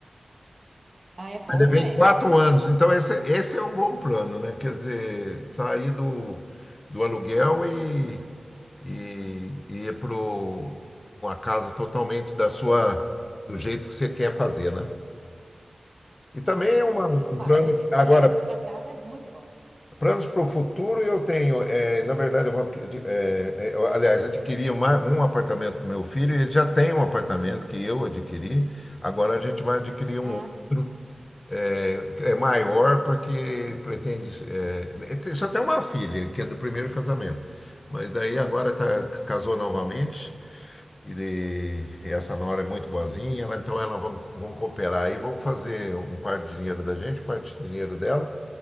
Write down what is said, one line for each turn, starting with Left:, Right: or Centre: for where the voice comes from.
Right: Ah, é bom,
Left: Mas levei
Right: né?
Left: quatro anos, então esse, esse é um bom plano, né? Quer dizer, sair do, do aluguel e, e, e ir para uma casa totalmente da sua, do jeito que você quer fazer, né? E também
Right: Ah,
Left: é uma,
Right: não,
Left: um
Right: é, eu falo,
Left: plano.
Right: é, é planos
Left: Agora,
Right: para casa é muito bom.
Left: planos para o futuro eu tenho. é na verdade, eu vou, adqui- eh, eh, eu, aliás, adquiri uma, um apartamento para meu filho, ele já tem um apartamento que eu adquiri, agora a gente vai adquirir
Right: Ah,
Left: um outro.
Right: sim.
Left: É, é maior porque pretende. é, é, tem- só tem uma filha, que é do primeiro casamento. Mas daí agora tá, casou novamente. E, de- e essa nora é muito boazinha, ela- então elas vão, vão cooperar e vão fazer um parte de dinheiro da gente, parte do dinheiro dela,